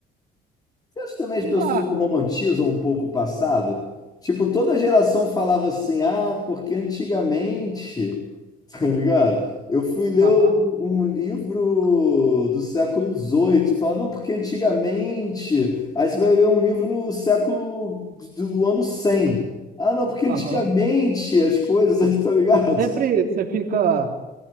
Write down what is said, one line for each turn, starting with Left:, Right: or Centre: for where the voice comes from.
Left: Você acha também que
Right: Não
Left: as pessoas
Right: dá.
Left: não romantizam um pouco o passado? Tipo, toda geração falava assim, ah, porque antigamente, <laughs> tá ligado? Eu fui ler
Right: Aham,
Left: um, um livro do século dezoito, falando, não, porque antigamente. Aí você vai ler um livro do século do, do ano 100, Ah, não, porque antigamente
Right: aham.
Left: as coisas, <laughs> tá ligado?
Right: Sempre você fica